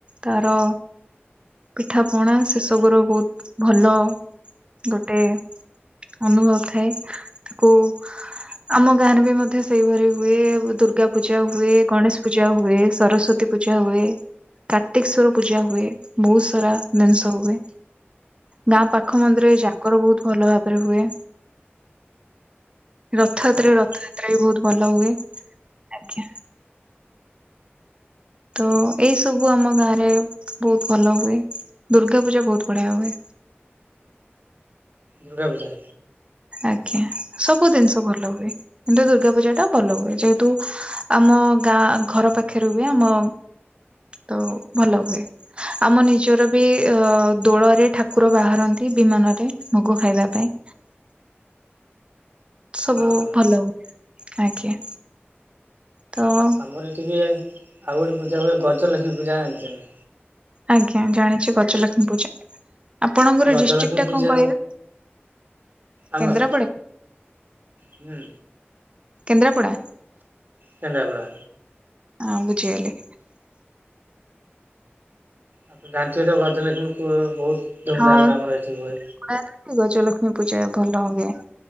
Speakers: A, on the right (about 25°); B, on the right (about 50°).
A: ତାର ପିଠା ପଣା ସେସବୁ ର ବୋହୁତ ଭଲ ଗୋଟେ ଅନୁଭବ ଥାଏ ତାକୁ ଆମ ଗାଁରେ ବି ମଧ୍ୟ ସେଇଭରି ହୁଏ ଉ ଦୁର୍ଗା ପୂଜା ହୁଏ ଗଣେଶ ପୂଜା ହୁଏ। ସରସ୍ଵତୀ ପୂଜା ହୁଏ। କାର୍ତ୍ତିକେଶ୍ଵର ପୂଜା ହୁଏ ବୋହୁତ ସାରା ଦିନିସ ହୁଏ। ଗାଁ ପାଖ ମନ୍ଦିର ରେ ଜାଗର ବୋହୁତ ଭଲ ଭାବରେ ହୁଏ। ରଥଯାତ୍ରା
B: ଓହୋ
A: ରେ ରଥଯାତ୍ରା ବି ବୋହୁତ ଭଲ ହୁଏ ଆଜ୍ଞା। ତ ଏଇ ସବୁ ଆମ ଗାଁ ରେ ବୋହୁତ ଭଲ ହୁଏ ଦୁର୍ଗା ପୂଜା ବୋହୁତ ବଢ଼ିଆ ହୁଏ।
B: ଦୁର୍ଗା ପୂଜା?
A: ଆଜ୍ଞା ସବୁ ଦିନିଷ ଭଲ ହୁଏ। କିନ୍ତୁ ଦୁର୍ଗା ପୂଜା ଟା ଭଲ ହୁଏ ଯେହେତୁ ଆମ ଗାଁ ଘର ପାଖରେ ହୁଏ ଆମ ତ ଭଲ ହୁଏ। ଆମ ନିଜର ବି ଅ ଦୋଳରେ ଠାକୁର ବାହାରନ୍ତି ବିମାନରେ ଭୋଗ ଖାଇବା ପାଇଁ। ସବୁ
B: ଓହୋ
A: ଭଲ ହୁଏ ଆଜ୍ଞା। ତ
B: ଆମର ଏଠିହୁଏ ଆଉ ଗୋଟେ ପୂଜା ହୁଏ ଗଜଲକ୍ଷ୍ମୀ ପୂଜା ଜାଣିଛନ୍ତି?
A: ଆଜ୍ଞା ଜାଣିଛି ଗଜ ଲକ୍ଷ୍ମୀ ପୂଜା ଆପଣଙ୍କର
B: ନା ଗଜଲକ୍ଷ୍ମୀ
A: ଡିଷ୍ଟ୍ରିକ୍ଟ ଟା
B: ପୂଜା
A: କଣ କହିବେ?
B: ଆମର
A: କେନ୍ଦ୍ରାପଡ଼ା?
B: ହୁଁ
A: କେନ୍ଦ୍ରାପଡ଼ା?
B: କେନ୍ଦ୍ରାପଡ଼ା।
A: ଅଁ ବୁଝିଗଲି।
B: ଆପଣ ଜାଣିଥିବେ ତ ଗଜଲକ୍ଷ୍ମୀ ପୁ ବୋହୁତ ଧୁମ୍
A: ହଁ
B: ଧାମ୍ ରେ ହୁଏ।
A: <unintelligible> ଗଜଲକ୍ଷ୍ମୀ ପୂଜା ଭଲ ହୁଏ